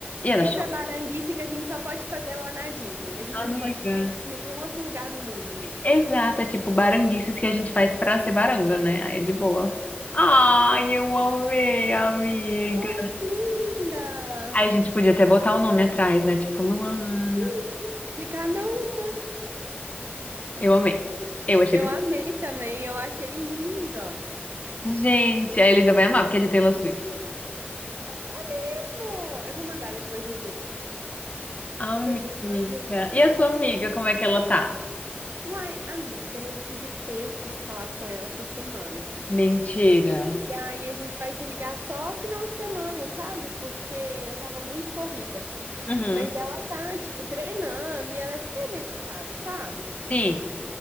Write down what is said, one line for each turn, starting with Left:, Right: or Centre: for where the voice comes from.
Left: E é da
Right: Isso
Left: Shopee.
Right: é baranguice que a gente só pode fazer lá na Disney. A gente
Left: Amiga.
Right: não pode fazer em nenhum outro lugar no mundo isso.
Left: Exato, é tipo baranguices que a gente faz pra ser baranga, né? Aí é de boa. Ai, eu amei, amiga.
Right: Nossa, linda!
Left: Aí a gente podia até botar o nome atrás, né? Tipo, Luana.
Right: Sim, de cada um.
Left: Eu amei. Eu achei.
Right: Eu
Left: bem-
Right: amei também, eu achei linda.
Left: Gente, a Elisa vai amar, porque é de Taylor Swift.
Right: Ah, Vai mesmo! Eu vou mandar depois no grupo
Left: Amiga.
Right: pra gente fazer.
Left: E a sua amiga, como é que ela tá?
Right: Uai, amiga, não tive tempo de falar com ela essa semana.
Left: Mentira.
Right: E aí a gente vai se ligar só final de semana, sabe? Porque eu tava muito corrida.
Left: Uhum.
Right: Mas ela tá, tipo, treinando e ela é super dedicada, sabe?
Left: Sim.